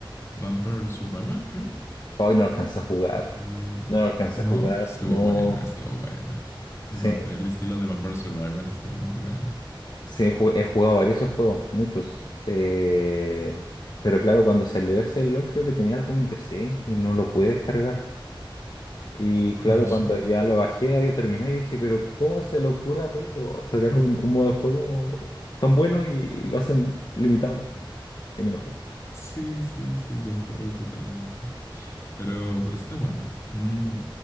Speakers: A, on the left; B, on the left.
A: Vampire Survival, creo.
B: Hoy no alcanza a jugar.
A: Y
B: No lo alcanza
A: no,
B: a jugar,
A: pues, estuvo
B: no.
A: bueno, estuvo bueno.
B: Sí.
A: El, vam- el estilo de Vampire Survival estuvo muy bueno.
B: Sí, he, ju- he jugado varios de esos juegos, muchos. Eh, pero claro, cuando salió ese LOL creo que tenía algo en mi PC y no lo pude descargar. Y claro,
A: No,
B: cuando
A: sí.
B: ya lo bajé había terminado y dije, pero ¿cómo se le ocurre a Rito sacar un, un modo de juego tan bueno y lo hacen limitado? Y me enojé.
A: Sí, sí, sí, concuerdo totalmente. Pero, pero está bueno. Mm,